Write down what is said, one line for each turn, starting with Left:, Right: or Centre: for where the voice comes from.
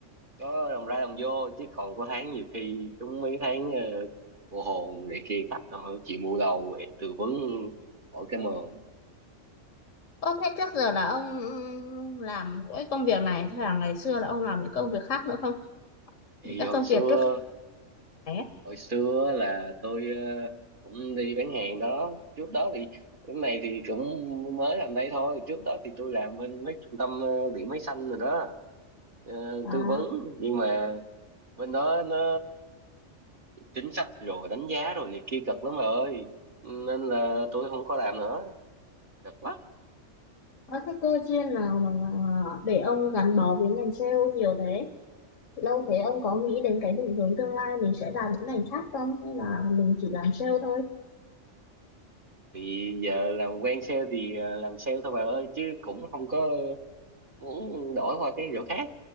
Right: có đồng ra đồng vô chứ còn có tháng nhiều khi chúng mấy tháng ờ, mùa hồn này kia khách họ chịu mua đầu để tư vấn hỏi cái mồm
Left: Ơ thế trước giờ là ông ừm, làm mỗi công việc này, thế là ngày xưa là ông làm những công việc khác nữa không?
Right: thì
Left: Các
Right: hồi
Left: công
Right: xưa
Left: việc trước này ấy.
Right: hồi xưa là tôi ờ, cũng đi bán hàng đó trước đó thì lúc này thì cũng mới làm đây thôi trước đó thì tôi làm bên mấy trung tâm ờ, điện máy xanh rồi đó ờ,
Left: À,
Right: tư vấn nhưng mà bên đó nó chính sách rồi đánh giá rồi này kia cực lắm bà ơi nên là tôi không có làm nữa cực quá
Left: có cái cơ duyên nào mà mà để ông gắn bó với ngành sale nhiều thế? Lâu thế ông có nghĩ đến cái định hướng tương lai mình sẽ làm những ngành khác không? Hay là mình chỉ làm sale thôi?
Right: thì giờ làm quen sale thì ờ, làm sale thôi bà ơi chứ cũng không có muốn đổi qua cái chỗ khác